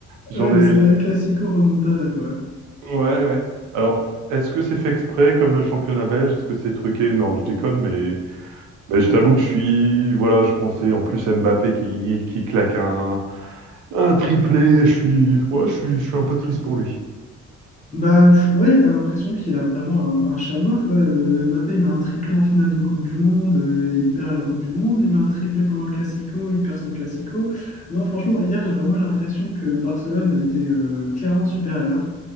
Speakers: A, on the right (about 85°); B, on the left (about 25°).
A: J'en
B: ouais, le
A: ai,
B: scénario classico remontada, quoi.
A: Ouais, ouais. Alors, est-ce que c'est fait exprès comme le championnat belge? Est-ce que c'est truqué? Non, je déconne, mais, mais je t'avoue que je suis. Voilà, je pensais en plus à Mbappé qui, qui claque un, un triplé. Je suis, ouais, je suis, je suis un peu triste pour lui.
B: Bah pff, ouais, t'as l'impression qu'il a vraiment un, un chat noir, quoi. Euh, Mbappé, il met un triplé en finale de Coupe du Monde, euh, il perd la Coupe du Monde, il met un triplé pendant le Classico, il perd son Classico. Non, franchement, hier, j'ai vraiment eu l'impression que Barcelone était euh, clairement supérieur.